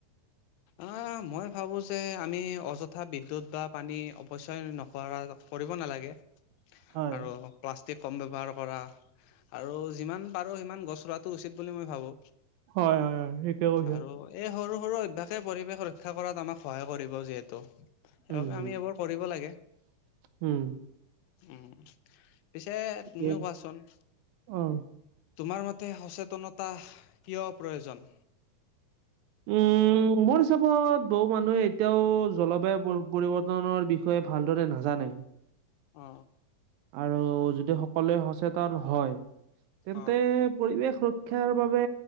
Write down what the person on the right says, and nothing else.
হয়
হয় হয় হয় ঠিকে কৈছা
উম
উম
উম
ঠিকে।
অ
উম উ মোৰ হিচাপত বহু মানুহে এতিয়াও জলবায়ু পৰিৱৰ্তনৰ বিষয়ে ভালদৰে নাজানে।
আৰু যদি সকলোৱে সচেতন হয় তেন্তে,
পৰিৱেশ ৰক্ষাৰ বাবে